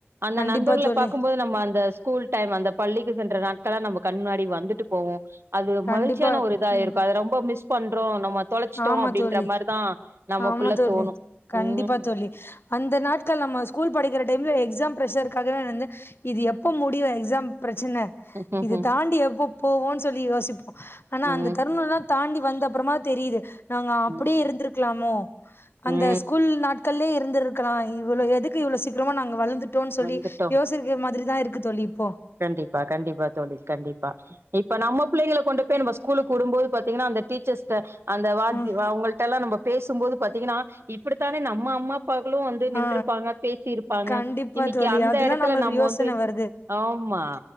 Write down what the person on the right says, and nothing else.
அந்த
நண்பர்கள
பாக்கும்போது நம்ம அந்த ஸ்கூல் டைம் அந்த பள்ளிக்கு சென்ற நாட்கள்லா நம்ம கண் முன்னாடி வந்துட்டு போகும் அது
மகிழ்ச்சியான ஒரு இதா
இருக்கும் அதை ரொம்ப மிஸ் பண்றோ நம்ம தொளச்சி
டோ அப்படின்ற
மாறிதா நமக்குள்ள
தோணு
ம்
ம்
ம்
ம்
ம்
வந்துட்டோ
கண்டிப்பா கண்டிப்பா தோழி கண்டிப்பா இப்ப நம்ம புள்ளைகள கொண்டு போயி நம்ம ஸ்கூலுக்கு வுடும்போது பாத்தீங்கன்னா அந்த டீச்சர்ஸ்ட்ட அந்த வாத்தி
அவங்கள்ட எல்லா நம்ம பேசும்போது பாத்தீங்கன்னா இப்படித்தானே நம்ம அம்மா அப்பாக்களு வந்து நின்ருப்பாங்க
பேசிருப்பாங்க
இன்னைக்கி
அந்த
இடத்துல
நம்ம
வந்து
ஆமா